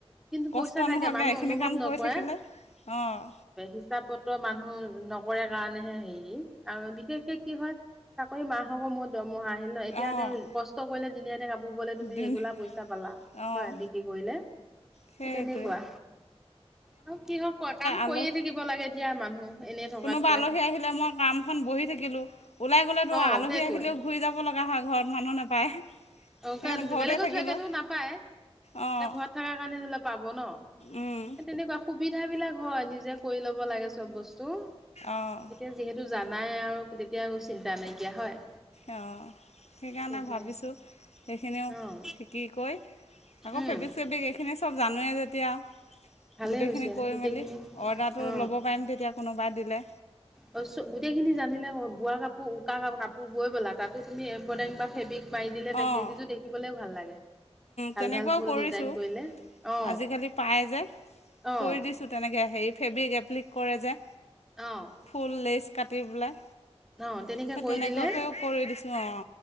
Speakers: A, in the centre; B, on the left (about 80°).
A: কিন্তু
B: কষ্ট
A: পইচা থাকে
B: নোহোৱাকৈ
A: মানুহ
B: এইখিনি
A: অনুভৱ
B: কাম
A: নকৰে।
B: কৰি থাকিলে অঁ
A: ইছাপ পত্ৰ মানুহ নকৰে কাৰণেহে। <unintelligible> হেৰি আৰু বিশেষকে। কি হয় চাকৰি মাহেকৰ মূৰত দৰমহাঁ আহিল ন এতিয়া
B: অঁ
A: কষ্ট কৰিলে দিনীয়া এ। <unintelligible> তুমি
B: অঁ
A: ৰেগোলাৰ পইচা পালা হয়
B: অঁ
A: বিক্ৰী কৰিলে। <unintelligible>
B: সেইটোৱে
A: সেই তেনেকুৱা আৰু কিহ কোৱা কাম। <unintelligible>
B: অ
A: লাগে দিয়া মানুহ এনেই থকাতকৈ
B: কোনোবা আলহী আহিলে মই কামখন বহি থাকিলো ওলাই গ'লেতো
A: অ
B: আলহী
A: সেইটোৱে
B: আহিলেও ঘূৰি যাব লগে। <unintelligible> ঘৰত মানুহ নাপায়।
A: অ
B: সেইকাৰণে ঘৰতে
A: বেলেগত
B: থাকিলোঁ
A: যোৱাকেতো নাপায় এতিয়া
B: অঁ
A: ঘৰত থকা কাৰণেঅলপ। পাব ন
B: উম
A: তেনেকুৱা। সুবিধা বিলাক হয় নিজে কৰি ল। ব বস্তু
B: অঁ
A: এতিয়া যিহেতু। জানাই আৰু তেতিয়া আৰু চিন্তা নাইকিয়া হয়।
B: অঁ সেইকাৰণে
A: সেইটোৱে
B: ভাবিছোঁ। সেইখিনিও
A: অ
B: শিকি কৰি আকৌ
A: উম
B: ফেব্ৰিক চেব্ৰিক এইখিনি চব। মানুহে যেতিয়া।
A: ভালেই
B: গোটেইখিনি
A: হৈছে
B: কৰি
A: গোটেইখিনি
B: মেলি অৰ্ডাৰটো
A: অ
B: ল'ব পাৰিম তেতিয়া কোনোবাই দিলে।
A: অ গোটেই খিনি জানিলে বোৱা কাপোৰ উকা কাপোৰ বৈ বলা তাতো তুমি এম্ব্ৰইডাৰিং বা ফেব্ৰিক। পাৰি দিলে তেখেইকযো
B: অঁ
A: দেখিবলৈও ভাল লাগে ভাল
B: তেনেকুৱাও
A: ভাল ফুল
B: কৰিছোঁ
A: ডিজাইন কৰিলে অ
B: আজিকালি পায় যে
A: অ।
B: কৰি দিছোঁ তেনেকৈ হেৰি ফেব্ৰিক এপ্লিক কৰে যোয়।
A: অ
B: ফুলছ। কাটি পেলাই।
A: অ তেনেকৈ
B: সেই
A: কৰি
B: তেনেকুৱাকেও
A: দিলে
B: কৰি দিছো অ